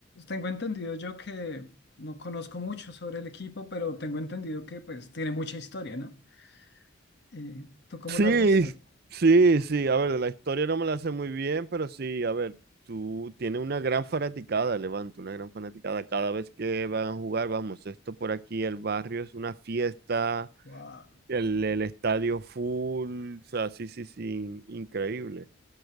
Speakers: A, on the left (about 55°); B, on the right (about 50°).
A: tengo entendido yo que no conozco mucho sobre el equipo, pero tengo entendido que pues tiene mucha historia, ¿no? Eh, ¿tú cómo
B: Sí,
A: lo has visto?
B: sí, sí. A ver, de la historia no me la sé muy bien, pero sí, a ver, tú tienes una gran fanaticada, Levante, una gran fanaticada. Cada vez que van a jugar, vamos, esto por aquí, el barrio es una fiesta.
A: Wow.
B: El, el estadio full, o sea, sí, sí, sí, in- increíble.